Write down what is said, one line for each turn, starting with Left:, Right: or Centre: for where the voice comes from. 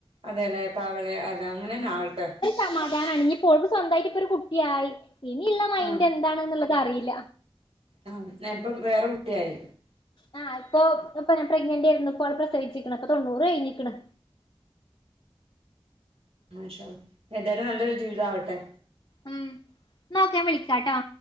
Right: അതേല്ലേ പാവംല്ലേ അത് അങ്ങനെന്നെ ആവട്ടെ
Left: സമാധാനണ് ഇഞ് പ്പൊ ഓൾക്ക് സ്വന്തായിറ്റ് ഇപ്പൊ ഒരു കുട്ട്യായി ഇനിള്ള
Right: ആഹ്
Left: ക്കെഎന്താണ്ന്ന്ള്ളത് അറിയില്ല
Right: ആഹ് ഞാ ഇപ്പം വേറെ കുട്ടി ആയി
Left: ആഹ് ഇപ്പോ ഇപ്പ ഞ പ്രഗ്നന്റ് ഏര്ന്നു ഇപ്പോള് പ്രസവിച്ചിക്ക്ണ് പ്പൊ തൊണ്ണൂറ് കഴിഞ്ഞിക്ക്ണ്
Right: മാഷാ അല്ലാഹ് ഏതായാലും നല്ലൊരു ജീവിതാവട്ടെ
Left: ഉം ന്ന ഓക്കേ ഞാ വിളിക്കാട്ടോ